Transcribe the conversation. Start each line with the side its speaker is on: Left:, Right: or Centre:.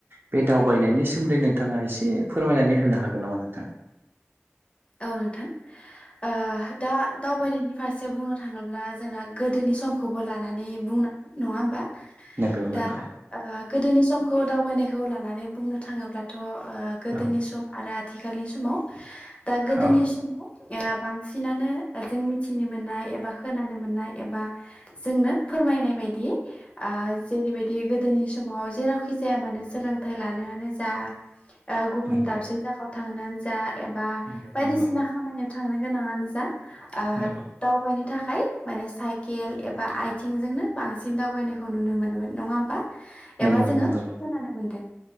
Right: बे दावबायनायनि सोमोन्दै नोंथाङा एसे फोरमायनानै होनो हागोन नामा नोंथां?
Left: औ नोंथां ओ दा दावबायनायनि फारसे बुंनो था थाङोब्ला जोंना गोदोनि समखौबो लानानै बुंनांगोन नङा होमबा?
Right: नंगौ नंगौ
Left: दा ओ गोदोनि समखौ दावबायनायखौ खौ लानानै बुंनो थाङोब्लाथ' ओ गोदोनि
Right: औ
Left: सम आरो आथिखालनि समाव। दा गोदोनि
Right: औ
Left: समाव बांसिनानो। ओ जों मिथिनो मोननाय एबा खोनानो मोननाय एबा जोंनो फोरमायनाय बायदियै। ओ जेरै बायदि गोदोनि समाव जेरावखि जाया मानो सोलोंथाइ लानायानो जा ओ गुबुन
Right: नंगौ
Left: दाबसे जागायाव थांनानै जा एबा
Right: नंगौ
Left: बायदिसिना
Right: नंगौ
Left: खामानि। थांनो गोनाङानो जा ओ
Right: नंगौ
Left: दावबायनो थाखाय। खाय माने साइकेल एबा आथिंजोंनो बांसिन दावबायनायखौ नुनो मोनोमोन नङा होमबा?
Right: नंगौ
Left: एबा जोङो
Right: नंगौ
Left: खोनानो मोनदों।